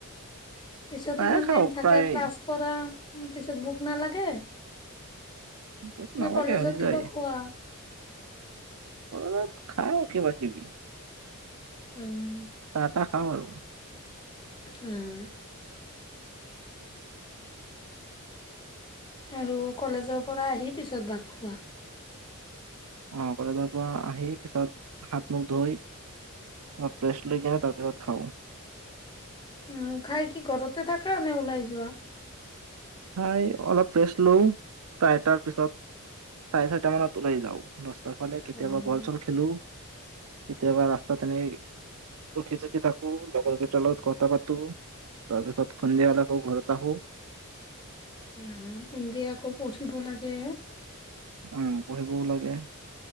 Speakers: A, on the left (about 20°); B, on the right (about 80°).
A: পিছত
B: প্ৰায়ে
A: ইমান
B: খাওঁ
A: টাইম থাকা
B: প্ৰায়ে
A: ক্লাছ কৰা পিছত ভোক নালাগে
B: ভোক
A: নে
B: নালাগে
A: কলেজত
B: হৈ যায়
A: কিবা খোৱা
B: কলেজত খাওঁ কিবা কিবি
A: উম
B: চাহ তাহ খাওঁ আৰু
A: উম আৰু কলেজৰ পৰা আহি পিছত ভাত খোৱা
B: অ কলেজৰ পৰা আহি পিছত হাত মুখ ধুই অলপ ৰেষ্ট লৈ কিনে তাৰপিছত খাওঁ
A: উম খাই কি ঘৰতে থাকা নে ওলাই যোৱা
B: খাই অলপ ৰেষ্ট লও চাৰিটাৰ পিছত চাৰে চাৰিটা মানত ওলাই যাও ৰাস্তাৰ ফালে কেতিয়াবা
A: উম
B: বল চল খেলো কেতিয়াবা ৰাস্তাত এনেই ৰখি চখি থাকো লগৰ কেইটাৰ লগত কথা পাতো তাৰপিছত সন্ধিয়া হ'লে আকৌ ঘৰত আহো
A: উম সন্ধিয়া আকৌ পঢ়িব লাগে
B: উম পঢ়িবও লাগে